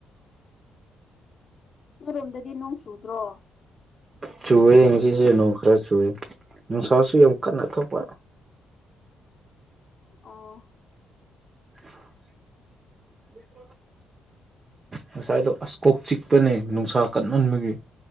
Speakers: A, on the left; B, on the right.
A: ꯅꯣꯏꯔꯣꯝꯗꯗꯤ ꯅꯣꯡ ꯆꯨꯗ꯭ꯔꯣ
B: ꯆꯨꯏꯋꯦ ꯉꯁꯤꯁꯦ ꯅꯣꯡ ꯈꯔ ꯆꯨꯔꯦ ꯅꯨꯡꯁꯥꯁꯨ ꯌꯥꯝ ꯀꯟꯅ ꯊꯣꯛꯄ
A: ꯑꯣ
B: <unintelligible> ꯉꯁꯥꯏꯗꯣ ꯑꯁ ꯀꯣꯛ ꯆꯤꯛꯄꯅꯦ ꯅꯨꯡꯁꯥ ꯀꯟꯃꯟꯕꯒꯤ